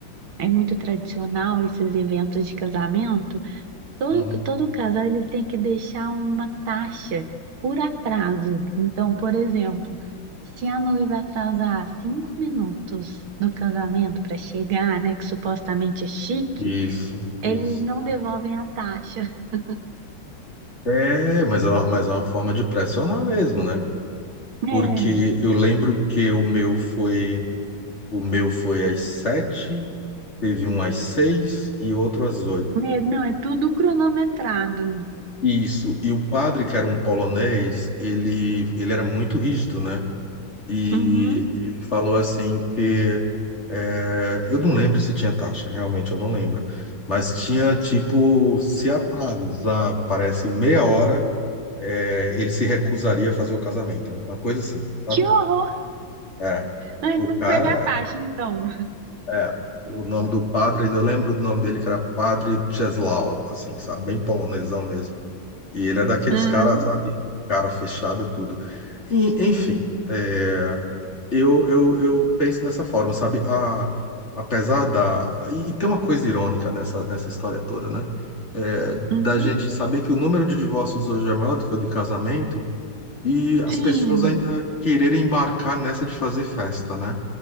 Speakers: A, on the right (about 80°); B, on the left (about 30°).
A: é muito tradicional esses eventos de casamento, todo,
B: Uhum.
A: todo casal ele tem que deixar uma taxa por atraso. Então, por exemplo, se a noiva atrasar cinco minutos no casamento para chegar, né, que supostamente é chique,
B: Isso, isso.
A: eles não devolvem a taxa. <laughs>
B: É, mas é uma, mas é uma forma de pressionar mesmo, né?
A: É,
B: porque eu lembro que o meu foi o meu foi às sete, teve um às seis e outro às oito.
A: né, não, é tudo cronometrado.
B: Isso. E o padre, que era um polonês, ele ele era muito rígido, né? E
A: Uhum.
B: ele falou assim que é, eu não lembro se tinha taxa, realmente eu não lembro. Mas tinha tipo, se atrasar, parece meia hora, é, ele se recusaria a fazer o casamento, uma coisa assim, sabe?
A: Que horror!
B: É.
A: Antes
B: O cara
A: de pegar a taxa, então.
B: É, o nome do padre, ainda eu lembro do nome dele, que era Padre Czesław, assim, sabe? Bem polonesão mesmo. E ele é daqueles
A: Uhum.
B: caras, sabe? Cara fechada, tudo. E, enfim, é, eu, eu, eu penso dessa forma, sabe? A, apesar da... E, e tem uma coisa irônica nessa, nessa história toda, né? É, da
A: Uhum.
B: gente saber que o número de divórcios hoje é maior do que o de casamento e as
A: Sim,
B: pessoas ainda quererem embarcar nessa de fazer festa, né?